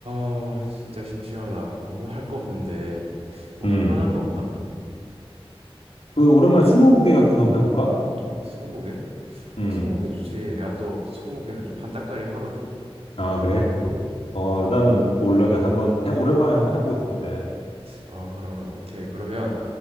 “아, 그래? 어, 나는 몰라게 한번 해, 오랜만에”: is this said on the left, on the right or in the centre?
Left